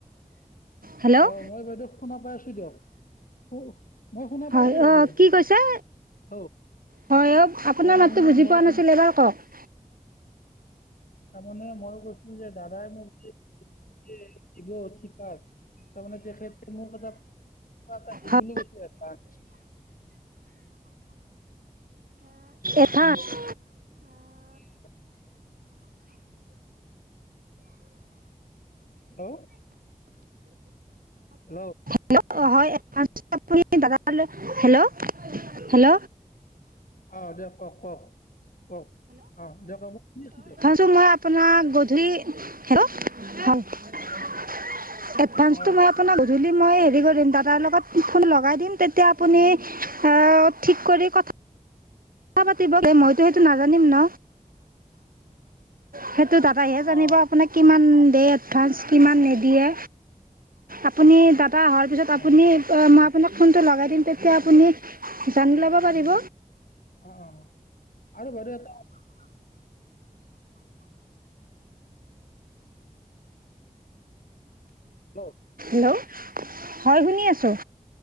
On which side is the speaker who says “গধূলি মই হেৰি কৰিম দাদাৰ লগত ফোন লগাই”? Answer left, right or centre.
Right